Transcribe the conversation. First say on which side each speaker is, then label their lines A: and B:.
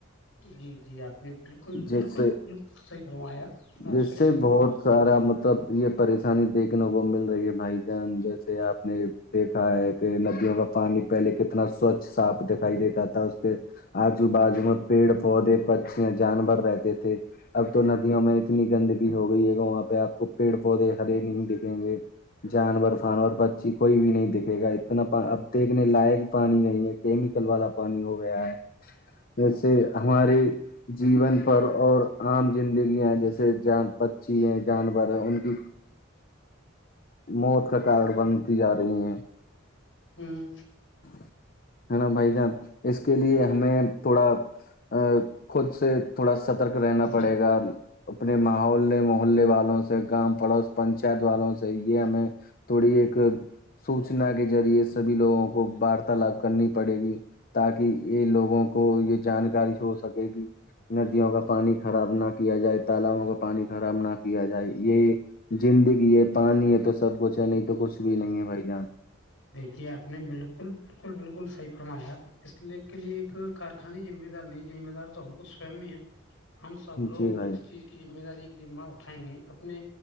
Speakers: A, on the left; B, on the left.
A: جی جی آپ نے بالکل
B: جس
A: بالکل
B: سے
A: بالکل صحیح فرمایا میں
B: جس
A: آپ سے کہتاوں
B: بہت سارا مطلب یہ پریشانی دیکھنے کو مل رہی ہے بھائی جان جیسے آپ نے د دا ہے کہ ندیوں کا پانی پہلے کتنا سوچھ صاف دکھائی دیتا تھا اس کے آجو بازو میں پیڑ پودے پچیاں جانور رہتے تھے اب تو ندیوں میں اتنی گندگی ہو گئی ہے وہاں پہ آپ کو پیڑ پودے ہرے نہیں دھیں گے جانور فانور پچی کوئی بھی نہیں دکھے گا اتنا اب دیکھنے لائق پانی نہیں ہے کیمیکل والا پانی ہو گیا ہے جیسے ہمارے جیون پر اور عام زندگیاں جیسے ج پچھی ہیں جانور ہیں ان کی موت کا کارڈ بنتی جا رہی ہیں
A: ہوں
B: ہاں ہے نا بھائی جان اس کے لیے ہمیں تھوڑا ا خود سے تھوڑا سترک رہنا
A: ہ
B: پڑے گا اپنے محولے محے والوں سے گاام پڑوس پنچایت والوں سے یہ ہمیں تھوڑی ایک سوچنا کے ذریعے سبھی لوگوں کو وارتالاپ کرنی پڑے گی تاکہ یہ لوگوں کو یہ جانکاری ہو سکے گ ندیوں کا پانی خراب نہ کیا جائے تالابوں کا پانی خراب نہ کیا جائے یہ زندگی ہے پانی ہے تو سب کچھ ہے نہیں تو کچھ بھی نہیں ہے بھائی جان
A: دیکھیے آپ نے بالکل بالکل بالکل صحیح فرمایا اس لی کے لیے ایک کارخانیے ذمہ دار نہیں ذمہ دار تو ہم کو سوم ہی ہے ہم سب لوگ
B: جی بھائی
A: اس
B: جان
A: چیز کی ذمہ داری ذمہ اٹھائیں گے اپنے